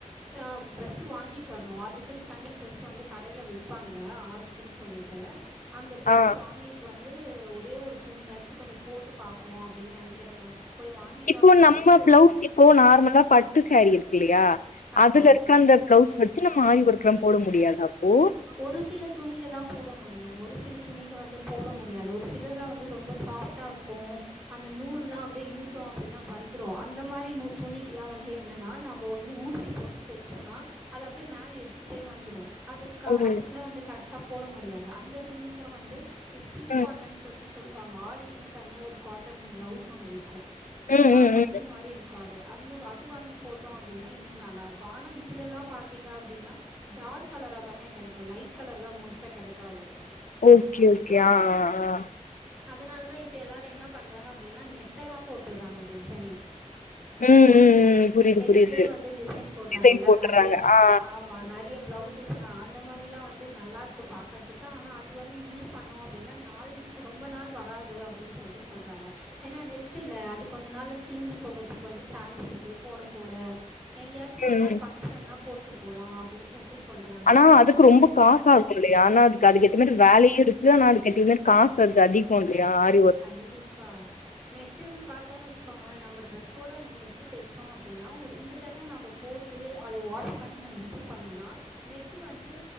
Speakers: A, in the centre; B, on the left.
A: லா ட்ரெஸ்ஸு வாங்கிட்டு வர்னோ அதுக்குன் தனி ட்ரெஸ்ஸு வந்து கடைல விப்பாங்க ஆரிக்குன் சொல்லிட்டு அந்த ட்ரெஸ்ஸு
B: ஆ
A: வாங்கிட்டு வந்து ஒரே ஒரு துணியாச்சு கொஞ்சோ போட்டு பாக்கணோ அப்டின் நெனைக்கறேங்க போய் வாங்கிட்டு
B: இப்போ
A: வரணோ கடைக்கு
B: நம்ம
A: போணோ
B: பிளவுஸ் இப்போ நார்மலா பட்டு சேரீ இருக்கு இல்லயா
A: ஆமாம்
B: அதுல இருக்க அந்த ப்ளவுஸ் வச்சு நம்ம ஆரி ஒர்க்லா போட முடியாதா அப்போ
A: ஒரு சில துணிக தா போட முடியு ஒரு சில துணிக வந்து போட முடியாது ஒரு சிலலா வந்து ரொம்ப சாஃப் டா இருக்கோ அந்த நூலுல்லா அப்டியே இளுத்தோ அப்டின்னா வந்துரோ அந்த மாரி நூ துணிக்குல்லா வந்து என்னன்னா நம்போ வந்து ஊசி போட்டு தெச்சோனா அது அப்டியே மேல எடுத் துட்டே வந்துரோ அதுக்கா
B: ம்
A: அதுக்குல்லா வந்து கரெக்டா போட முடியாது அந்த துணிக்குலா வந்து இது சில்க்
B: ம்
A: காட்டன் சொல்ட்டு சொல்லுவாங்க ஆரிக்குன்னே தனியா ஒரு காட்டன் ப்ளவுஸ் ஒன்னு விக்கோ
B: ம்
A: ஆ
B: ம்
A: பட்
B: ம்
A: டு மாரி இருக்காது அந்த அது வாங்கி போட்டோ அப்டின்னா இன்னோ நல்லாருக்கோ ஆனா இதுலலா பாத்தீங்க அப்டின்னா டார்க் கலரா தாங்க கெடைக்கோ லைட் கலர்லா மோஸ்ட்டா கெடைக்காது
B: ஓகே ஓகே ஆ ஆ
A: அதனால தா இப்ப எல்லாரு என்ன பண்றாங்க அப்டின்னா நெட்டடா போட்டுறாங்க டிசைனு
B: ம் ம் ம் புரியுது
A: நெட்லயே
B: புரியுது
A: வந்து டிசைன் போட்றாங்கல்ல
B: டிசைன் போட்டுறாங்க
A: நெறைய
B: ஆ
A: ஆமா நெறைய பிளவுசஸ்ல்லா அந்த மாரில்லா வந்து நல்லா இருக்கு பாக்கறதுக்கு ஆனா அது வந்து யூஸ் பண்ணோ அப்டின்னா நாள் ரொம்ப நாள் வராது அப்டின் சொல்ட்டு சொல்றாங்க ஏனா நெட்டில்ல அது கொஞ்சோ நாள்ல கிழிஞ்சி போகறதுக்கு வந்து சான்ஸ் இருக்கு போட போட எங்கயாச்சு ஒரு
B: ம்
A: நாள்
B: ம்
A: பங்க்ஷன்னா போட்டு போலா அப்டின் சொல்ட்டு சொல்றாங்க
B: ஆனா அது க்கு ரொம்ப காசு ஆகு இல்லயா ஆனா அதுக்கு அதுக்கேத்த மாரி வேலயு இருக்கு ஆனா அதுக்கேத்த மாதி காசு அது அதிகோ இல்லயா அ
A: கண்டிப்பா நெட்டுன்னு பாத்தொன்ன வெச்சுக்கோங்க நம்ம ட்ரெஸ்ஸோட அந்த நெட்டு் தெச்சோ அப்டின்னா ஒரு ரெண்டு தடவ நம்போ போட்டு அத வாஷ் பண்ணி நம்ம இது பண்ணோனா நெட்டு வந்து